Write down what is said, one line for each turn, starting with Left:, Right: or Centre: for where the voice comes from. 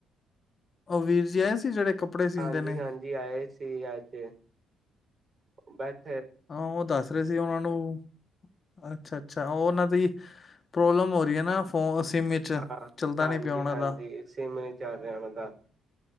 Left: ਉਹ ਵੀਰ ਜੀ ਆਏ ਸੀ ਜਿਹੜੇ ਕੱਪੜੇ ਸੀਂਦੇ
Right: ਹਾਂਜੀ
Left: ਨੇ
Right: ਹਾਂਜੀ ਆਏ ਸੀ ਅਜ ਬੈਠ
Left: ਹਾਂ ਉਹ ਦੱਸ ਰਹੇ ਸੀ ਉਹਨਾਂ ਨੂੰ ਅੱਛਾ ਅੱਛਾ ਉਹਨਾਂ ਦੀ ਪ੍ਰੋਬਲਮ ਹੋ ਰਹੀ ਹੈ। ਨਾ ਫੋਨ ਸਿਮ ਵਿੱਚ
Right: ਹਾਂ
Left: ਚੱਲਦਾ
Right: ਹਾਂਜੀ
Left: ਨੀ ਪਿਆ ਉਹਨਾਂ
Right: ਹਾਂਜੀ
Left: ਦਾ
Right: ਸਿਮ ਨਹੀਂ ਚੱਲ ਰਿਹਾ ਉਹ ਦਾ